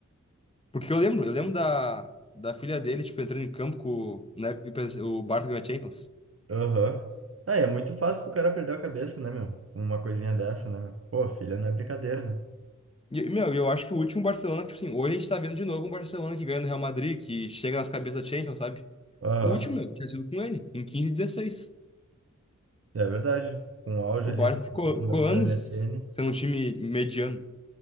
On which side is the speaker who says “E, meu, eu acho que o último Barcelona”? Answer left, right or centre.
Left